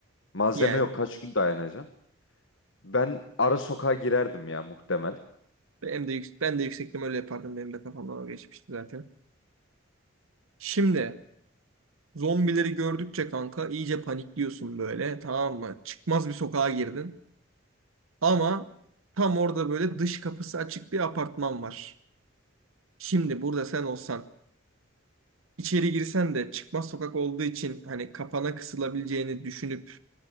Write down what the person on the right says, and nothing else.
Yani
ben de yüksek, ben de yüksektim öyle yapardım. Benim de kafamdan o geçmişti zaten. Şimdi zombileri gördükçe kanka iyice panikliyorsun böyle tamam mı? Çıkmaz bir sokağa girdin. Ama tam orada böyle dış kapısı açık bir apartman var. Şimdi burada sen olsan içeri girsen de çıkmaz sokak olduğu için hani kapana kısılabileceğini düşünüp